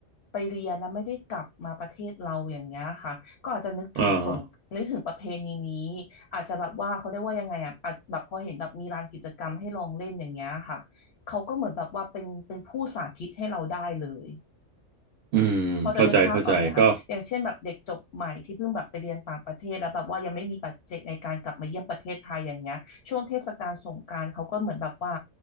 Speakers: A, on the left; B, on the right.
A: ไปเรียนแล้วไม่ได้กลับมาประเทศเราอย่างเงี้ยค่ะ ก็อาจจะนึกถึงส่งนึกถึงประเพณีนี้อาจจะแบบว่าเขาเรียกว่ายังไงอ่ะอาจแบบพอเห็นแบบมีลานกิจกรรมให้ลองเล่นอย่างเงี้ยค่ะเขาก็เหมือนแบบว่าเป็นเป็นผู้สาธิตให้เราได้เลย
B: อ่าอืมเข้าใจเข้าใจก็
A: พอจะนึกภาพออกไหมคะอย่างเช่นแบบเด็กจบใหม่ที่เพิ่งแบบไปเรียนต่างประเทศแล้วแบบว่ายังไม่มีปัจเจกในการกลับมาเยี่ยมประเทศไทยอย่างเงี้ยช่วงเทศกาลสงกรานต์เขาก็เหมือนแบบว่า